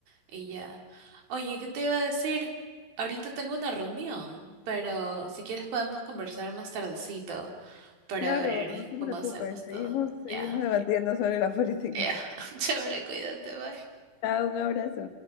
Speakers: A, on the right; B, on the left.
A: y ya. Oye, ¿qué te iba a decir? Ahorita tengo una reunión, pero si quieres podemos conversar más tardecito para
B: Claro,
A: ver
B: no te
A: cómo
B: preocupes,
A: hacemos todo.
B: seguimos, seguimos
A: Ya.
B: debatiendo sobre la política.
A: Ya, <laughs> Chévere, cuídate, bye.
B: Chao, un abrazo.